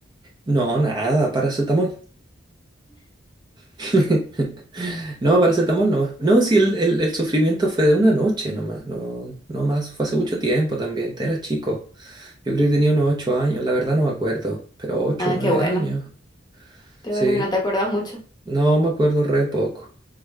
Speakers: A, on the right; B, on the left.
A: No, nada, paracetamol. <laughs> No, paracetamol nomás. No, si el, el, el sufrimiento fue de una noche nomás, no, no más, fue hace mucho tiempo también, era chico. Yo creo que tenía unos ocho años, la verdad no me acuerdo, pero ocho,
B: Ah,
A: nueve
B: qué bueno,
A: años,
B: qué
A: sí,
B: bueno que no te acuerdas mucho.
A: no me acuerdo re poco.